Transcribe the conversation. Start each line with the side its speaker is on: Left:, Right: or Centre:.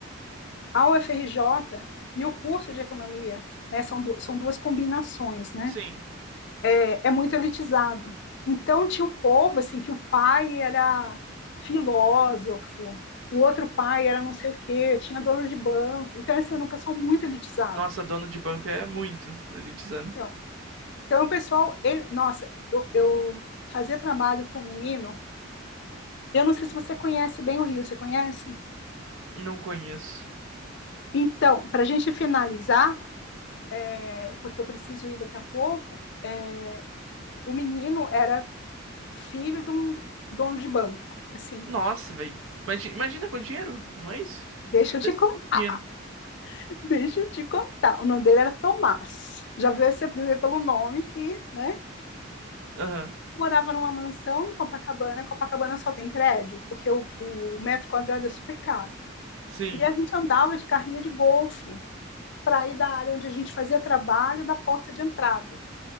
Left: a UFRJ e o curso de economia, né, são, du são duas combinações, né,
Right: sim.
Left: é, é, muito elitizado. Então tinha um povo assim que o pai era filósofo, o outro pai era não sei o quê, tinha dono de banco. Então assim, era um pessoal muito elitizado.
Right: Nossa, dono de banco é muito elitizando.
Left: Então, então o pessoal, ele, nossa, eu, eu fazia trabalho com o um menino. Eu não sei se você conhece bem o Rio, você conhece?
Right: Não conheço.
Left: Então, para a gente finalizar, é, porque eu preciso ir daqui a pouco, é, o menino era filho de um dono de banco, assim.
Right: Nossa, velho. Imagina com dinheiro, não é isso?
Left: Deixa eu
Right: Desse
Left: te contar,
Right: muito dinheiro.
Left: <laughs> deixa eu te contar. O nome dele era Tomás. Já veio você ver pelo nome que, né?
Right: Aham,
Left: Morava numa mansão em Copacabana. Copacabana só tem prédio, porque o, o metro quadrado é super caro.
Right: sim.
Left: E a gente andava de carrinho de golfe para ir da área onde a gente fazia trabalho da porta de entrada.